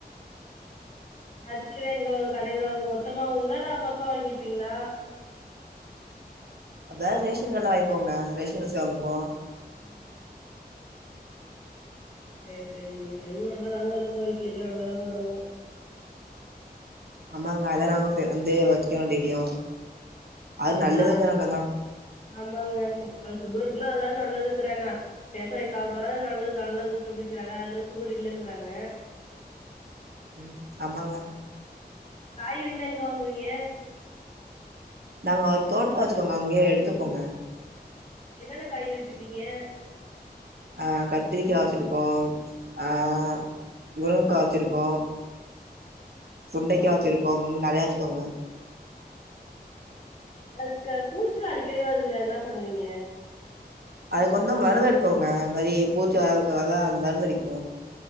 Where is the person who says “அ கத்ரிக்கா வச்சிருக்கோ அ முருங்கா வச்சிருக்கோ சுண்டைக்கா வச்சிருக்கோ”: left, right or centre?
Right